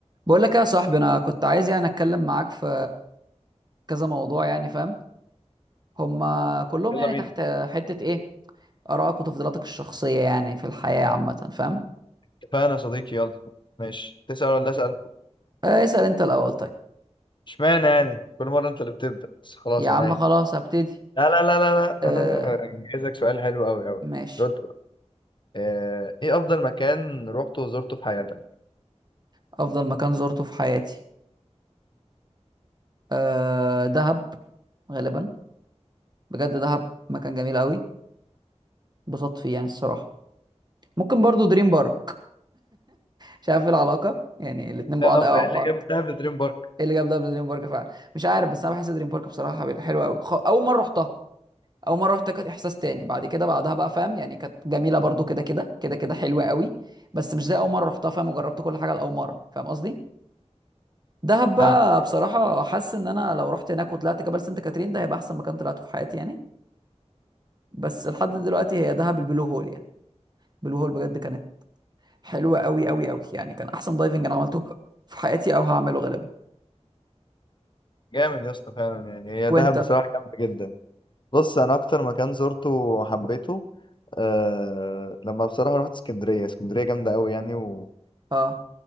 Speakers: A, on the right; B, on the left.
A: بقول لك يا صاحبي انا كنت عايز يعني اتكلم معاك في كذا موضوع يعني فاهم هما كلهم
B: يلا
A: يعني
B: بينا
A: تحت حتة ايه ارائك وتفضيلاتك الشخصية يعني في الحياة عامة فاهم
B: اتفقنا يا صديقي يلا ماشي تسأل ولا أسأل
A: آه، اسأل انت الاول طيب
B: اشمعنى يعني كل مرة أنت اللي بتبدأ بس خلاص
A: يا عم
B: أنا
A: خلاص هبتدي
B: لا لا لا لا لا
A: آه
B: أنا جايزك سؤال حلو أوي أوي
A: ماشي
B: رد آه، إيه أفضل مكان روحته وزرته في حياتك؟
A: افضل مكان زرته في حياتي آه دهب غالبا بجد دهب مكان جميل قوي اتبسطت فيه يعني الصراحة ممكن برضو دريم بارك <laughs> مش عارف ايه العلاقة يعني الاتنين
B: ده
A: بعاد
B: لو
A: قوي
B: قال
A: عن بعض
B: لي جاب دهب دريم بارك
A: ايه اللي جاب دبل دريم بارك فعلا مش عارف بس انا بحس دريم بارك بصراحه حلوه قوي خ... اول مره رحتها اول مره رحتها كانت احساس تاني بعد كده بعدها بقى فاهم يعني كانت جميله برضو كده كده كده كده حلوه قوي بس مش زي اول مره رحتها فاهم وجربت كل حاجه لاول مره فاهم قصدي دهب بقى
B: فاهمك
A: بصراحه حاسس ان انا لو رحت هناك وطلعت جبل سانت كاترين ده هيبقى احسن مكان طلعته في حياتي يعني بس لحد دلوقتي هي دهب البلو هول يعني البلو هول بجد كانت حلوه قوي قوي قوي يعني كان احسن دايفنج انا عملته في حياتي او هعمله غالبا
B: جامد يا اسطى فعلا يعني هي
A: وانت
B: دهب بصراحة جامدة جدا بص أنا أكتر مكان زرته وحبيته أه لما بصراحة رحت اسكندرية اسكندرية جامدة أوي يعني و...
A: اه